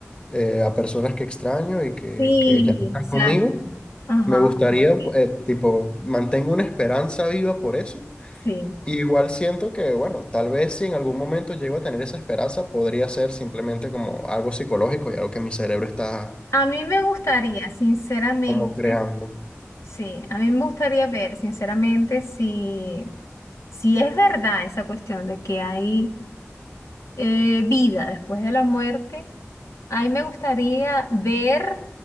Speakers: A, on the left; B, on the left.
A: eh, a personas que extraño y que,
B: Sí,
A: que ya no están
B: exacto.
A: conmigo.
B: Ajá,
A: Me gustaría,
B: ok,
A: eh, tipo, mantengo una esperanza viva por eso
B: sí.
A: Igual siento que, bueno, tal vez si en algún momento llego a tener esa esperanza, podría ser simplemente como algo psicológico y algo que mi cerebro está
B: A mí me gustaría, sinceramente,
A: como creando.
B: sí, a mí me gustaría ver, sinceramente, si, si es verdad esa cuestión de que hay eh, vida después de la muerte. A mí me gustaría ver